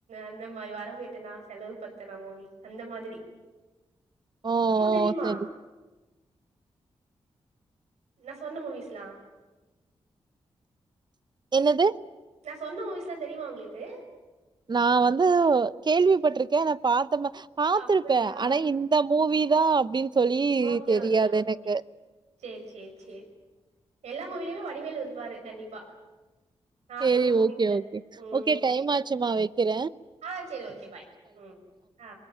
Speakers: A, on the right (about 85°); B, on the right (about 40°).
A: அந்த மாரி வரவு எட்டனா செலவு பத்தனா மூவீ அந்த மாதிரி
B: ஓ
A: உனுக்கு தெரியுமா
B: ஓ சரி
A: நா சொன்ன மூவிஸ்லா
B: என்னது
A: நா சொன்ன மூவிஸ்ல்லா தெரியுமா உங்களுக்கு
B: நா வந்து கேள்விப்பட்டிருக்கே நா பாத்தமா பாத்திருப்பே
A: அப்டியா
B: ஆனா இந் இந்த மூவி தா அப்டின் சொல்லி
A: ஓகே
B: தெரியாது
A: ஓகே ஓகே
B: எனக்கு
A: சேரி சேரி சேரி எல்லா மூவிலுமே வடிவேல் இருப்பாரு கண்டிப்பா நா
B: செரி
A: சொன்ன மூவிஸ்ல
B: ஓகே ஓகே
A: ம்
B: ஓகே டைம் ஆச்சுமா வெக்கிற
A: ஆ செரி ஓகே பாய் ம் ஆ